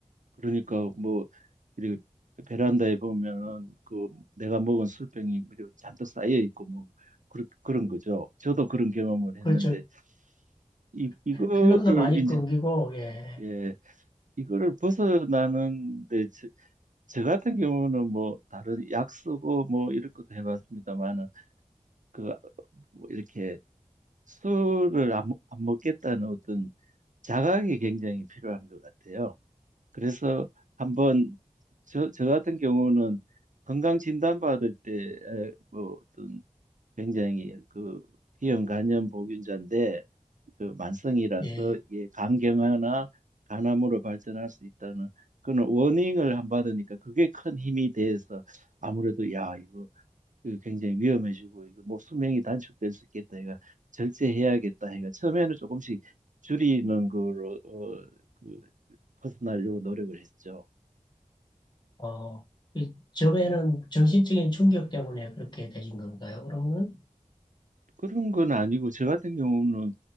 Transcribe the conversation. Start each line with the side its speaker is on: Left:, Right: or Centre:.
Right: 그러니까 뭐 이렇게 베란다에 보면은 그 내가 먹은 술병이 이렇게 잔뜩 쌓여 있고 뭐 그런 그런 거죠. 저도 그런 경험을 했는데
Left: 그렇죠.
Right: 이 이거를
Left: 필- 필름도 많이
Right: 이제
Left: 끊기고, 예,
Right: 예 이거를 벗어나는데 저, 저 같은 경우는 뭐 다른 약 쓰고 뭐 이런 것도 해봤습니다만은 그뭐 이렇게 술을 안, 먹- 안 먹겠다는 어떤 자각이 굉장히 필요한 것 같아요. 그래서 한번 저, 저 같은 경우는 건강 진단 받을 때 뭐 어떤 굉장히 그 비형 간염 보균자인데 그 만성이라서
Left: 예,
Right: 이게 간경화나 간암으로 발전할 수 있다는 그런 워닝을 안 받으니까 그게 큰 힘이 돼서 아무래도 야 이거 그 굉장히 위험해지고 이거 뭐 수명이 단축될 수 있겠다 해가 절제해야겠다 해가 처음에는 조금씩 줄이는 거로 어, 그 벗어나려고 노력을 했죠.
Left: 어, 이 점에는 정신적인 충격 때문에 그렇게 되신 건가요? 그러면은,
Right: 그런 건 아니고 저 같은 경우는